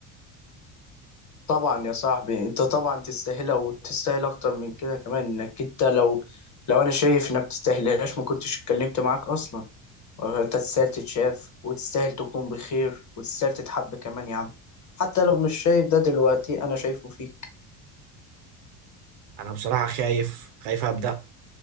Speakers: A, on the left (about 40°); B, on the right (about 75°).
A: طبعا يا صاحبي انت طبعا تستاهلها وتستاهل اكتر من كده كمان انك انت لو لو انا شايف انك تستاهلهاش ما كنتش اتكلمت معاك اصلا انت تستاهل تتشاف وتستاهل تكون بخير وتستاهل تتحب كمان يا عم حتى لو مش شايف ده دلوقتي انا شايفه فيك
B: انا بصراحه خايف خايف ابدا